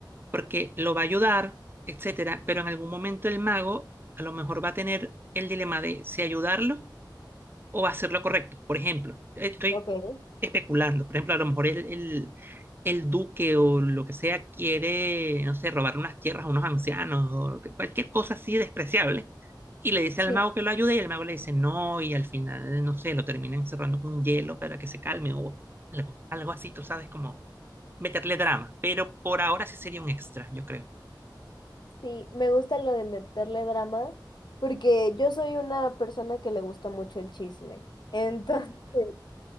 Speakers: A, on the right; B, on the left.
A: porque lo va a ayudar, etcétera, pero en algún momento el mago a lo mejor va a tener el dilema de si ayudarlo o hacer lo correcto. Por ejemplo, estoy
B: ok.
A: especulando, por ejemplo, a lo mejor el, el, el duque o lo que sea quiere, no sé, robar unas tierras a unos ancianos o lo que- cualquier cosa así despreciable. Y le dice
B: Sí,
A: al mago que lo ayude y el mago le dice no y al final, no sé, lo termina encerrando con hielo para que se calme o algo, algo así, tú sabes, como meterle drama. Pero por ahora sí sería un extra, yo creo.
B: sí, me gusta lo de meterle drama, porque yo soy una persona que le gusta mucho el chisme. Entonces, <laughs>